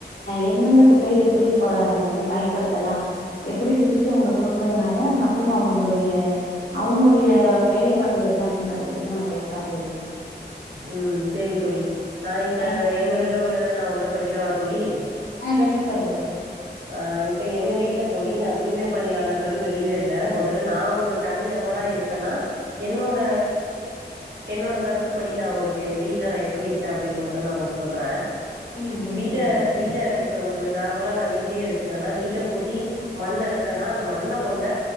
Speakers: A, on the left; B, on the right.
A: எந்தெந்த குப்பைய எப்படி நம்ம வந்து பயன்படுத்தலா எப்படி பிருச்சு அவுங்குளுக் குடுக்குறதுனால மற்றும் அவங்களுடைய அவங்களோ டைய வேலைப்பாடுகள் என்ன அப்டிங்குறத பத்தியு நம்ம பேசுலாந் தோழி
B: ம் சேரி தோழி நா இப்ப
A: ஆ
B: எங்களுதுல உள் உள்ளத நா உன்ட பகிரவா தோழி
A: ஆ கண்டிப்பா தோழி
B: ஆ இப்ப எங்க வீட் இல்ல தோழி நா தூய்மை பணியாளர்கள்னு வெளியில இல்ல மொதல்ல நா ஒரு தனி நபரா இருக்கன்னா என்னோட என்னோட கருத்து எப்படி நா உங்களுக்கு எங்க வீட்ல நா எப்படி இருக்க அப்படின் மட்டு நா உங்களுக்கு சொல்ற
A: ம் கண்டிப்பா
B: வீட்ட
A: தோழி
B: வீட்ட இப் இப்ப ஒரு நார்மலா நா வீட்டையே எடுத்துக்குறன்னா வீட்ட கூட்டி மண் அள்றன்னா அந்த மண்ண கொண்ட